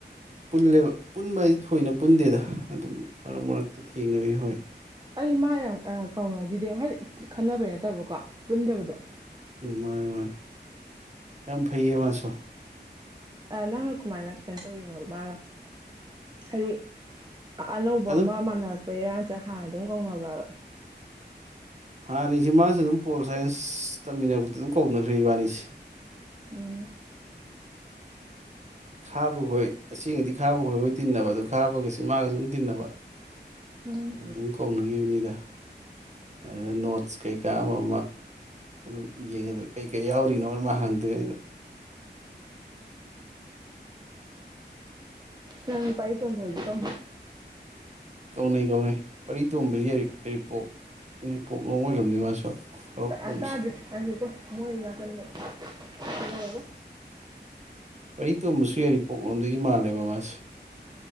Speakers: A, on the right; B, on the right.
A: ꯄꯨꯜꯂꯦꯕ ꯄꯨꯟꯕ ꯍꯥꯏꯁꯦ ꯊꯣꯏꯅ ꯄꯨꯟꯗꯦꯗ ꯑꯗꯨꯝ ꯃꯔꯛ ꯃꯔꯛꯇ ꯊꯦꯡꯅꯕꯤ ꯍꯣꯏ
B: ꯑꯩ ꯃꯥ ꯌꯥꯝ ꯀꯧꯅꯈꯤꯗꯦ ꯍꯥꯏꯗꯤ ꯈꯟꯅꯕꯩ ꯅꯠꯇꯕꯀꯣ ꯄꯨꯟꯗꯕꯗꯣ
A: ꯃꯥꯅꯤ ꯃꯥꯅꯤ ꯌꯥꯝꯦꯝ ꯐꯩꯌꯦ ꯃꯥꯁꯨꯣ
B: ꯅꯪꯅ ꯀꯃꯥꯏꯅ ꯀꯩꯅꯣ ꯇꯧꯔꯤꯅꯣꯕ ꯃꯥꯒ ꯍꯥꯏꯗꯤ ꯑꯅꯧꯕ
A: ꯑꯗꯨꯝ
B: ꯑꯃ ꯃꯥꯟꯅꯔ ꯄꯩꯔꯥ ꯆ ꯍꯥꯟꯅ ꯑꯗꯨꯝ ꯀꯧꯅꯕ꯭ꯔꯕꯝ꯫
A: ꯍꯥꯟꯅꯁꯤ ꯃꯥꯁꯨ ꯑꯗꯨꯝ ꯄꯣꯜ ꯁꯥꯏꯟꯁ ꯇꯝꯃꯤꯟꯅꯕꯗꯤ ꯑꯗꯨꯝ ꯀꯧꯅꯈ꯭ꯔꯦ ꯏꯕꯥꯅꯤꯁꯦ
B: ꯎꯝ
A: ꯈꯥꯕ ꯈꯣꯏ ꯑꯁꯦꯡꯗꯤ ꯈꯥꯕ ꯈꯣꯏꯈꯣꯏ ꯇꯤꯟꯅꯕ ꯑꯗꯨ ꯈꯥꯕꯒꯁꯤ ꯃꯥꯒ ꯁꯨꯝ ꯇꯤꯟꯅꯕ
B: ꯎꯝ
A: ꯑꯗꯨꯝ ꯀꯥꯎꯅꯈꯤꯕꯅꯤꯗ ꯑꯗ ꯅꯣꯠꯁ ꯀꯩꯀꯥ ꯑꯃ ꯑꯃ ꯑꯗꯨꯝ ꯌꯦꯡꯉꯗ ꯀꯩꯀꯩ ꯌꯥꯎꯔꯤꯅꯣ ꯃꯥ ꯍꯪꯗꯣꯏꯉꯩꯗ <inaudible>
B: ꯅꯪ ꯄꯩꯔꯤꯇꯣꯝꯕ ꯍꯣꯢꯗꯤꯀꯣ
A: ꯀꯧꯅꯩ ꯀꯧꯅꯩ ꯄꯔꯤ ꯇꯣꯕꯁꯤ ꯌꯥꯔꯤꯄꯣꯛ ꯌꯥꯔꯤꯄꯣꯛ ꯂꯣꯡꯑꯣꯏꯔꯝꯅꯤ ꯃꯥꯁꯨ꯫ ꯍꯧꯔꯛꯐꯝꯁꯦ
B: ꯑ ꯇ ꯗꯦ ꯉꯥꯏꯈꯣꯀꯣ ꯃꯣꯏꯅꯥꯀꯟꯗ꯭ꯔ ꯀꯩꯗꯧꯑꯦꯕ꯫
A: ꯄꯔꯤ ꯇꯣꯝꯕꯁꯨ ꯌꯥꯔꯤ ꯄꯣꯛꯂꯣꯝꯗꯒꯤ ꯃꯥꯜꯂꯦꯕ ꯃꯥꯁꯦ